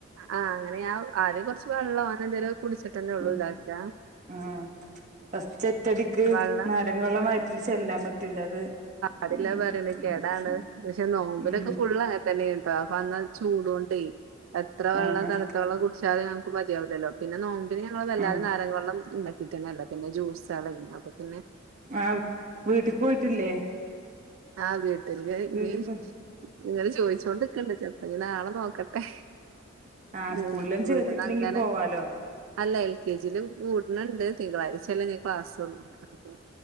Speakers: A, on the right; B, on the right.
A: ആഹ് അങ്ങനെ ഞാ ആദ്യം കൊറച്ച് വെള്ളം അങ്ങനെന്തേലും കുടിച്ചിട്ടന്നെ ഒള്ളൂ
B: ഉം
A: ഇതാക്കാ.
B: ആഹ് ഫസ്റ്റ് ഒറ്റടിക്ക്
A: വെള്ളം
B: നാരങ്ങ വള്ളം വയറ്റിൽ ചെല്ലാൻ പറ്റൂല്ല അത്
A: അത് ല്ലാ
B: ഉം
A: പറിണ്
B: ഉം
A: കേടാണ്.
B: പ്രശ്ന
A: പക്ഷെ നോമ്പിനൊക്കെ
B: ഉം
A: ഫുള്ളങ്ങത്തന്നേന്ട്ടോ അപ്പ അന്നത് ചൂടോണ്ടേ എത്ര വെള്ളം
B: ആഹ്
A: തണുത്ത വെള്ളം കുടിച്ചാലും ഞമക്ക് മതിയാവുലല്ലോ. പിന്നെ നോമ്പിന് ഞങ്ങൾ വെല്ലാതെ
B: ആഹ്
A: നാരങ്ങ വള്ളം ഉണ്ടാക്കി ട്ടന്നല്ല. പിന്നെ ജുസ്സാളേനി അപ്പ പിന്നെ
B: ആഹ് വീട്ട് ക്ക് പോയിട്ടില്ലേ?
A: ആഹ് വീട്ടില് ഇനി
B: വീട്ടിക്ക്
A: ങ്ങള് ചോയിച്ചോണ്ട് ക്കണ്ട് ചെൽപ്പ ഇഞ് നാളെ നോക്കട്ടെ.
B: ആഹ്
A: ഉമ്
B: സ്കൂളിലും ചേർത്തിട്ടില്ലെങ്കി
A: വീട്ട്ന്ന് അങ്ങനെ
B: പോവാലോ
A: അല്ല എൽ കെ ജി ലും കൂട്ണ് ണ്ട്. തിങ്കളാഴ്ചല്ലേ ഇഞ് ക്ലാസ് ഒള്ളു അപ്പൊ